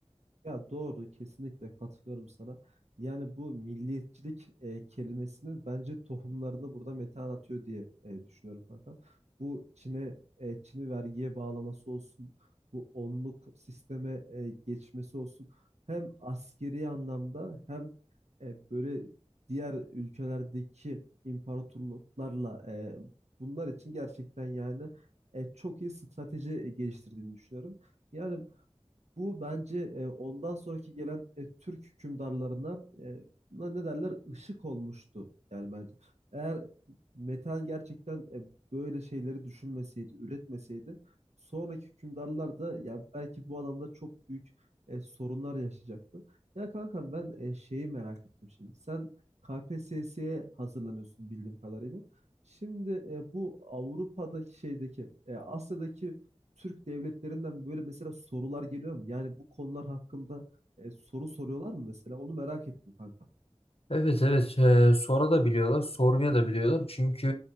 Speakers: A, on the right; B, on the left.
A: Ya doğru kesinlikle katılıyorum sana. Yani bu milliyetçilik e, kelimesinin bence tohumlarını burada Metehan atıyor diye e, düşünüyorum kankam. Bu Çin'e e, Çin'i vergiye bağlaması olsun, bu onluk sisteme e, geçmesi olsun. Hem askeri anlamda hem e, böyle diğer ülkelerdeki imparatorluklarla e, bunlar için gerçekten yani e, çok iyi strateji e, geliştirdiğini düşünüyorum. Yani bu bence e, ondan sonraki gelen e, Türk hükümdarlarına e, buna ne derler ışık olmuştu yani bence. Eğer Metehan gerçekten e, böyle şeyleri düşünmeseydi, üretmeseydi sonraki hükümdarlar da ya belki bu alanda çok büyük e, sorunlar yaşayacaktı. Ya kankam ben e, şeyi merak ettim şimdi. Sen KPSS'ye hazırlanıyorsun bildiğim kadarıyla. Şimdi e, bu Avrupa'daki şeydeki, e, Asya'daki Türk devletlerinden böyle mesela sorular geliyor mu? Yani bu konular hakkında e, soru soruyorlar mı mesela? Onu merak ettim kankam.
B: Evet evet e, sonra da biliyorlar sormaya da biliyorlar çünkü